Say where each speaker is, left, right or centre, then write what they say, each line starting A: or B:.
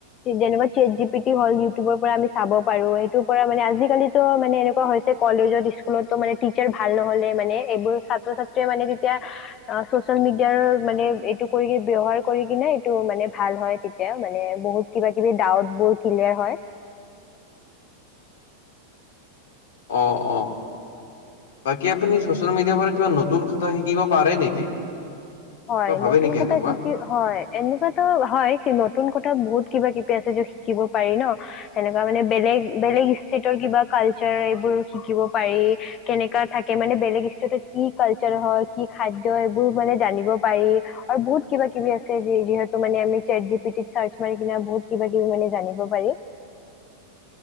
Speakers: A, on the left; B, on the left.
A: যি যেনেকুৱা চেট জি পি টী হ'ল, ইউটিউবৰ পৰা আমি চাব পাৰো, সেইটো পৰা মানে আজিকালি ত', মানে এনেকুৱা হৈছে, কলেজত-স্কুলতো মানে টিচাৰ ভাল নহলে, মানে এইবোৰ ছাত্ৰ-ছাত্ৰ চে মানে তেতিয়া, অ', চচিয়েল মিডিয়াৰ মানে এইটো কৰি ব্যৱহাৰ কৰি কিনে এইটো মানে ভাল হয়। তেতিয়া মানে বহুত কিবা কিবি ডাউট বোৰ ক্লিয়াৰ হয়।
B: অ', অ'। বাকী আপুনি চচিয়েল মিডিয়াৰ পৰা কিবা নতুন কথা শিকিব পাৰে নেকি?
A: হয়,
B: কিবা ভাবে
A: নতুন
B: নেকি
A: কথা
B: এনেকুৱা?
A: শিকি হয়, এনেকুৱাতো হয়, কি, নতুন কথা বহুত কিবা কিবি আছে যত শিকিব পাৰি ন। সেনেকুৱা মানে বেলেগ বেলেগ ষ্টেটৰ কিবা কালচাৰ এইবোৰ শিকিব পাৰি। কেনেকা থাকে মানে বেলেগ ষ্টেটত কি কালচাৰ হয়, কি খাদ্য এইবোৰ মানে জানিব পাৰি আৰু বহুত কিবা কিবি আছে যি-যিহেতু মানে আমি চেট জি পি টিত চাৰ্চ মাৰি কিনে বহুত কিবা কিবি মানে জানিব পাৰি।